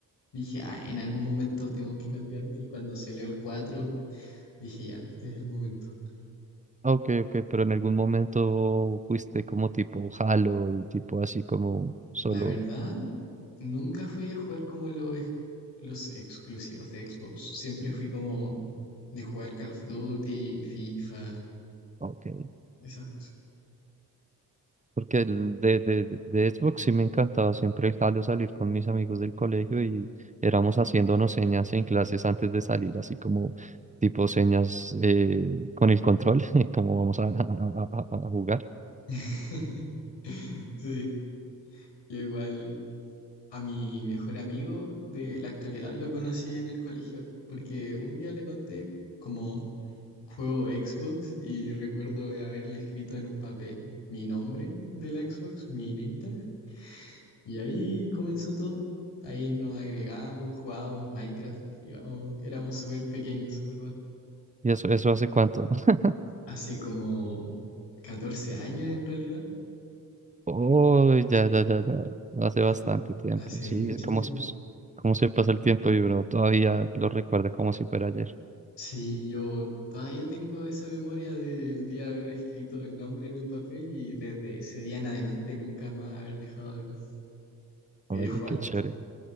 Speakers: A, on the left; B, on the right.
A: dije, ah, en algún momento tengo que cambiarme. Y cuando salió el 4 dije, ya, este es el momento.
B: Ah, Ok, ok, pero en algún momento fuiste como tipo Halo y tipo así como solo...
A: La verdad, nunca fui de jugar como los, ex- los exclusivos de Xbox. Siempre fui como de jugar Call of Duty, FIFA,
B: ah, Ok.
A: esas cosas.
B: Porque el de, de, de de Xbox sí me encantaba siempre el Halo salir con mis amigos del colegio y éramos haciéndonos señas en clases antes de salir, así como tipo señas eh, con el control, <laughs> como vamos a, a- a- a jugar.
A: <laughs> Sí, yo igual a mi mejor amigo de la actualidad lo conocí en el colegio, porque un día le conté como juego Xbox y recuerdo haberle escrito en un papel mi nombre de la Xbox, mi name tag, Y ahí comenzó todo. Ahí nos agregamos, jugábamos Minecraft, íbamos, éramos súper pequeños, en verdad.
B: ¿Y eso, eso hace cuánto? <laughs>
A: Hace como 14 años en realidad.
B: Oh, ya, ya, ya, ya. no Hace
A: Sí,
B: bastante tiempo.
A: hace
B: Sí,
A: mucho
B: es como,
A: tiempo.
B: se- pues, cómo se pasa el tiempo y uno todavía lo recuerda como si fuera ayer.
A: Sí, yo todavía tengo esa memoria del día de haber escrito el nombre en el papel y desde ese día en adelante nunca más haber dejado de hablar y
B: Oye,
A: de jugar.
B: qué chévere,